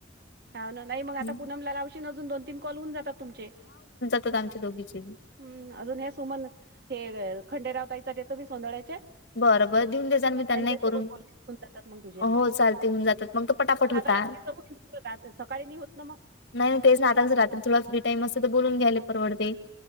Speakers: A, on the right; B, on the left.
A: हा ना नाही मग आता
B: हम्म.
A: पुूनमला लावशन अजून दोन, तीन कॉल होऊन जातात तुमचे
B: त त्यांच लोघीचे
A: हम् अजून हे सुमन हे खंडेराव ताईचात येतो मी सोंदळ्याचे.
B: बरं बर देऊन दे जाल मी त्यांना
A: त्यांच्यासोबत
B: करून
A: बोलणे होऊन जातात मग तुझे
B: हो चाल ते होऊन जातात मग त पटापट
A: कसं
B: होता.
A: आता रात्रीचं सकाळी नाही होत ना मग.
B: नाही नाही तेच ना आता कसं, रात्री थोडा फ्री टाईम असत तर बोलून घ्याले परवडते.